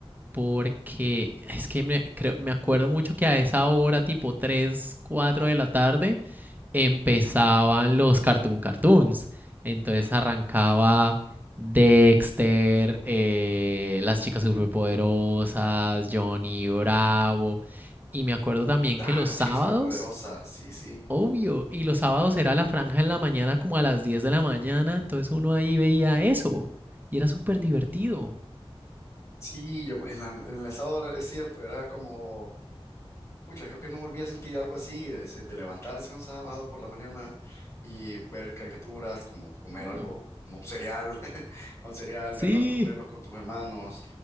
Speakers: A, on the right; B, on the left.
A: porque es que me, creo, me acuerdo mucho que a esa hora, tipo 3 4 de la tarde, empezaban los Cartoon Cartoons. Entonces arrancaba Dexter, eh, las chicas superpoderosas, Johnny Bravo. Y me acuerdo también
B: Ah,
A: que los
B: las
A: sábados,
B: chicas superpoderosas, sí, sí.
A: obvio, y los sábados era la franja en la mañana como a las 10 de la mañana, entonces uno ahí veía eso y era súper divertido.
B: Sí, yo en la, en la sábado era- es cierto, era como Pucha, creo que no volví a sentir algo así, de, se- de levantarse un sábado por la mañana y ver caricaturas, como comer
A: Hmm,
B: algo, como un cereal, <laughs> un cereal,
A: Sí,
B: verlos, verlos con tus hermanos